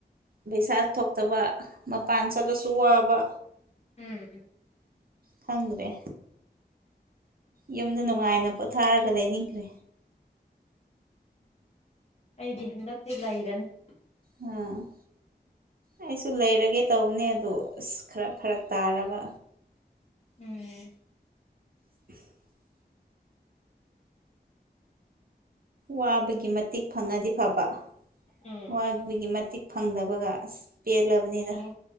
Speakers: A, on the right (about 60°); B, on the left (about 40°).
A: ꯄꯩꯁꯥ ꯊꯣꯛꯇꯕ ꯃꯄꯥꯟ ꯆꯠꯂꯁꯨ ꯋꯥꯕ
B: ꯎꯝ
A: ꯈꯪꯗꯦ ꯌꯨꯝꯗ ꯅꯨꯡꯉꯥꯏꯅ ꯄꯣꯊꯥꯔꯒ ꯂꯩꯅꯤꯡꯈ꯭ꯔꯦ
B: ꯑꯩꯗꯤ ꯍꯟꯗꯛꯇꯤ ꯂꯩꯔꯅꯤ
A: ꯎꯝ ꯑꯩꯁꯨ ꯂꯩꯔꯒꯦ ꯇꯧꯕꯅꯦ ꯑꯗꯣ ꯑꯁ ꯈꯔ ꯐꯔꯛ ꯇꯥꯔꯕ
B: ꯎꯝ
A: <inaudible> ꯋꯥꯕꯒꯤ ꯃꯇꯤꯛ ꯐꯪꯉꯗꯤ ꯐꯕ
B: ꯎꯝ
A: ꯋꯥꯕꯒꯤ ꯃꯇꯤꯛ ꯐꯪꯗꯕꯒ ꯑꯁ ꯄꯦꯜꯂꯕꯅꯤꯗ
B: ꯑꯣ